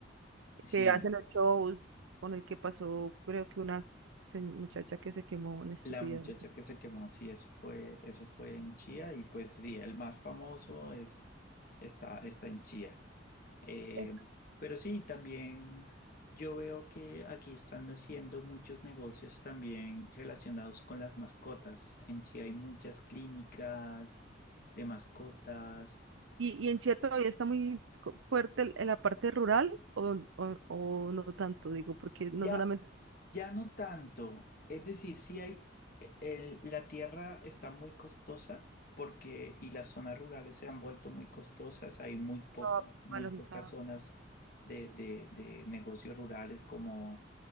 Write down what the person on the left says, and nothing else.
sí,
la
muchacha que se quemó, sí, eso fue, eso fue en Chía y pues sí, el más famoso es, está, está en Chía. Eh,
pero sí, también yo veo que aquí están haciendo muchos negocios también relacionados con las mascotas. En Chía hay muchas clínicas de mascotas.
Ya,
Ya no tanto. Es decir, sí hay, e, el- la tierra está muy costosa porque, y las zonas rurales se han vuelto muy costosas. Hay muy pocos,
muy
pocas zonas de, de, de negocios rurales como